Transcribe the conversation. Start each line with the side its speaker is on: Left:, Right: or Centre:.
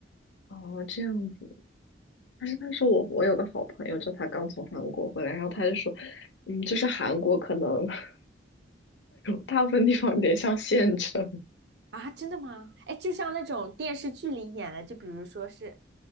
Left: 哦，这样子。但是，但是我我有个好朋友，就他刚从韩国回来，然后他就说，嗯，就是韩国可能 <laughs> 大部分地方有点像县城，
Right: 啊！真的吗？哎，就像那种电视剧里演的，就比如说是，